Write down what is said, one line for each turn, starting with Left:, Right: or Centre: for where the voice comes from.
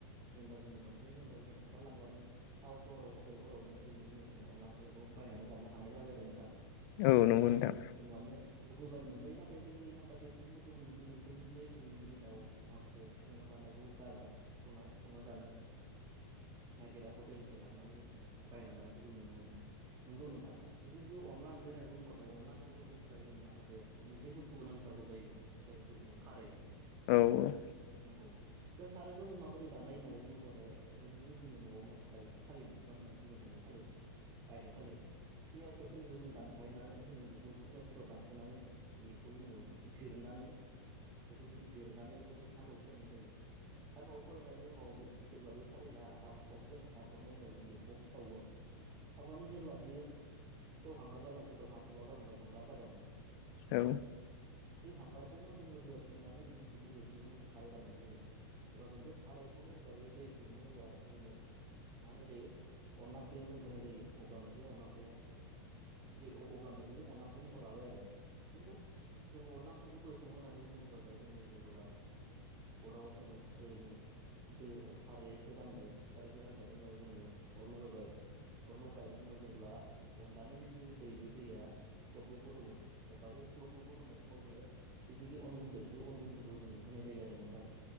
Right: जेनेबा जोंनि न'निफ्राय जेनेबा जों ओंखारलांबानो टाउन सहराव हटेलफोरावनो दिनै दिनाव जोङ अनला ओंख्रिखौ बायनानै जानो हानाय जाबाय आरो नोंथां
Left: औ नंगौ नोंथां
Right: जों माने लुगैबानो मोनजायो नाथाय जोंनि माखासे सुबुंफोरखौ जों नुनो मोनदों जे दिनैनि दिनाव माखासे संना जानायखौ गारबांय संना जानो नागिरा हटेलनिफ्राय लाबोनानै बायना जानायखौ जों नुनो मोनो नंगौ नोंथां जुदिनो बे अनला ओंख्रि होननानै बुंबाथाय अनला ओंख्रिखौ संनो थाखाय जोंनो माखासे मोनसे बुस्थुखौ नांथारगौ जायो जायखौ जों बुङो खारै
Left: औ औ
Right: नंगौ जों खारैखौ जों माबोरै बानायो होननानै बुङोब्लाथाय जे जोंनि न'आवनो थाखायो। थालिन बिफां होननानै बुंङो जोंग आथेया थालिन बे आइथिया थालिरखौ जोङो दानफायनानै जोङो बेखौ थुग्रा थुग्रा दानस'नानै बेखौ जोङो जिरनानै बेखौ जों जिरनानै बेखौ जों सान्दआव फोराननाय जायो सानदुंआव फोरानायनि उनाव जेब्ला बे थालिरना रानख्रबगोन रानख्रबनायनि उनाव जों बेखौ सावगोन सावनानै जेब्ला बियो सेवहांगार जालांगोन जेब्ला हाथब्ला जालांगोन हांगार जागोन
Left: औ
Right: बै हांगारखौनो जोङो दैयाव सोमनानै बिनि रोसिखौनो जों खारै बानायनाय जायो एबा जों बे खारैखौनो एबा बे दैखौनो एबा जोङो मा होननाय जायो अनला ओंख्रियाव जों होनाय जायो अब्लानो बे अनला ओंख्रिया बे अब्लानो बियो अनला ओंख्रि महर लाबाय आरो नंगौ जोङो अनला ओंख्रिखौबो सङो होननानै बुङोब्लाथाय जोङो जेबोब्ला अरदाबाव सङो जेरै जोङो दै सारायखौ जानबाय सारायखौ जानाय बेनि उनाव जोङो अर लगायबाय अरल' गायनायनि उनाव जेब्ला अनलानि जेथुनाखि दै बे दैया गलब गलबगोदौव गोन अब्ला बे गलब गलबगो दौनाय समाव जोङो जिथुनाखि अन गुन्दै बे अन गुन्दैखौ जोङो होनाय जायो आरो नोंथां